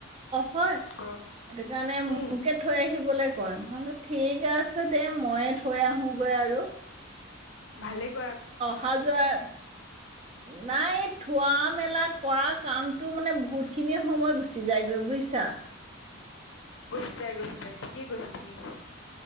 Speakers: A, on the right (about 30°); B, on the left (about 60°).
A: হয়
B: গৰম
A: সেইটো কাৰণে মোকে
B: উম
A: থৈ আহিবলৈ কয় মইলো ঠিক আছে দে মইয়ে থৈ আহোগৈ আৰু
B: ভালে কৰা-
A: হাজাৰ নাই এই থোৱা মেলা কৰা কামটো মানে বহুতখিনি সময় গুচি যায়গৈ বুজিছা
B: গুচি যায় গুচি যায় ঠিকেই কৈছে ঠিক